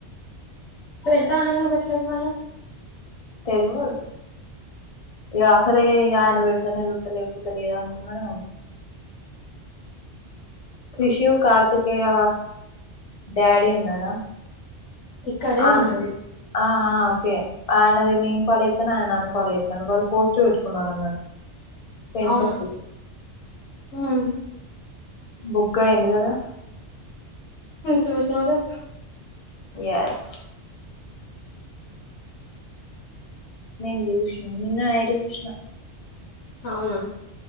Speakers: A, on the left (about 85°); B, on the left (about 35°).
A: పెడత ఆనంగ పెట్లేదు మళ్ళ
B: తెలవదు ఇగ అసలే ఆయన పెడితేనే చూత్తలేకపోతే లేద అనుకున్నాడే రిషివ్ కార్తికేయ డాడీ ఉన్నాడా
A: ఇక్కడే
B: అ
A: ఉన్నాడు
B: ఆ ఓకే ఆయనది నేను ఫాలో చేస్తాను ఆయన నన్ను ఫాలో చెత్తండు వాళ్ళు పోస్ట్ పెట్టుకున్నారు అన్నట్టు ట్వంటీ
A: అవునా
B: ఫస్ట్
A: హ్మ్
B: బుగ్గా ఏంది కదా
A: చూసినవుగా
B: ఎస్ నేను చూష్ణ నిన్న నైట్ చూష్ణ
A: అవునా